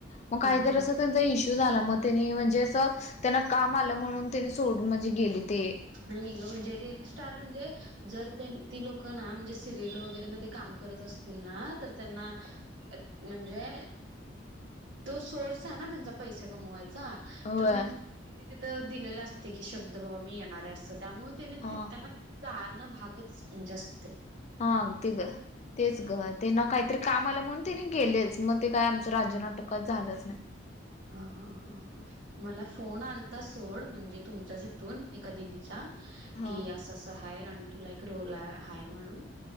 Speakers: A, on the left (about 35°); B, on the right (about 80°).
A: मग
B: हा
A: काहीतर
B: हा
A: असं त्यांचा इश्यू झाला मग त्यानी म्हणजे असं त्यांना काम आलं म्हणून त्यांनी सोडून म्हणजे गेले ते.
B: नाही ग म्हणजे रील स्टार म्हणजे जर त्यांन ती लोक ना म्हणजे सिरियल वगैरे मध्ये काम करत असतील ना तर त्यांना म्हणजे तो सोर्स आहे ना त्यांचा पैसा कमवायचा. तर
A: होय
B: तिथं दिलेलं असते की शब्द बाबा मी येणार आहे असं त्यामुळे त्याने
A: हा
B: ती त्यांना चालणं भागच म्हणजे अस्
A: हा ते ग तेच ग ते ना काहीतरी काम आलं म्हणून तेनी गेलेच मग ते काय आम राजनाटक
B: हा
A: काय झालंच नाही.
B: हा हा ह ह मला फोन आलता सोड म्हणजे तुमच्याच इथून एका दिदीचा कि
A: हा
B: अस अस हाय आणि तुला एक रोल हाय म्हणून.